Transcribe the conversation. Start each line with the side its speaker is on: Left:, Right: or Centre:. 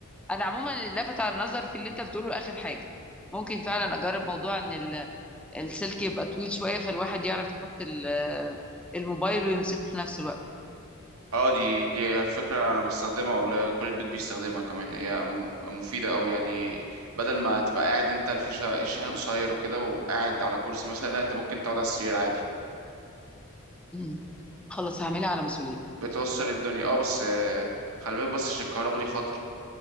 Centre: أنا عموما اللي لفت على النظر في اللي أنت بتقوله آخر حاجة ممكن فعلا أجرب موضوع إن ال- السلك يبقى طويل شوية فالواحد يعرف يحط ال- الموبايل ويمسكه في نفس الوقت
Right: اه دي دي فكره انا بستخدمها والله كل البيت بيستخدمها كمان هي م- مفيده أوي يعني بدل ما تبقى قاعد انت الفيشه الشاحن قصير وكده وقاعد على كرسي مثلا لا انت ممكن تقعد على السرير عادي
Centre: مم. خلاص هعملها على مسؤوليتي
Right: فبتوصل الدنيا اه بس آه، خلي بالك بس عشان الكهرباء دي خطر